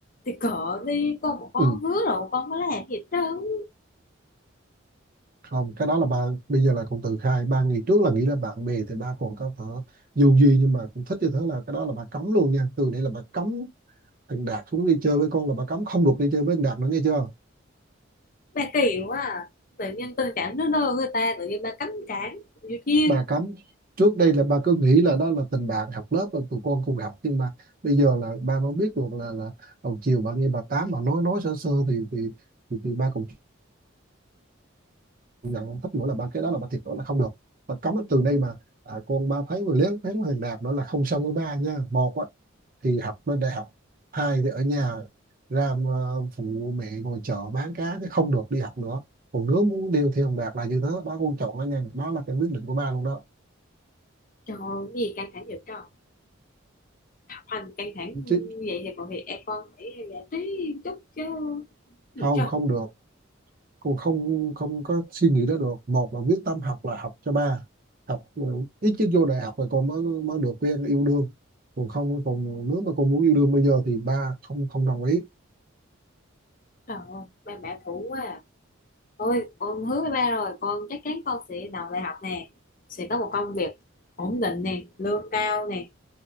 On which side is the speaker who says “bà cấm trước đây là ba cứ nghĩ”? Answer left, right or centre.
Right